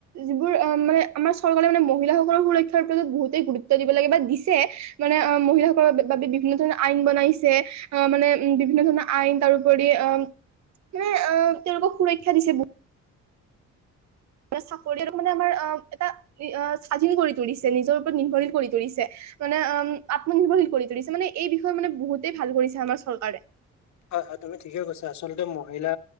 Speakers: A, on the right; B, on the left.
A: যিবোৰ মানে আমাৰ চৰকাৰে মানে মহিলাসকলৰ সুৰক্ষা- তাৰ পাছত বহুতেই গুৰুত্ব দিব লাগে বা দিছে মানে অ মহিলাসকলৰ বাবে বিভিন্ন ধৰণৰ আইন বনাইছে আহ মানে উ বিভিন্ন ধৰণৰ আইন তাৰপৰি আহ মানে আহ তেওঁলোকক সুৰক্ষা দিছে বহু চাকৰি এ মানে আমাৰ এটা স্বাধীন কৰি তুলিছে নিজৰ ওপৰত নিৰ্ভৰশীল কৰি তুলিছে মানে আত্মনিৰ্ভৰশীল কৰি তুলিছে মানে এই বিষয়ে মানে বহুতেই ভাল কৰিছে আমাৰ চৰকাৰে।
B: হয় হয় তুমি ঠিকে কৈছা আচলতে মহিলা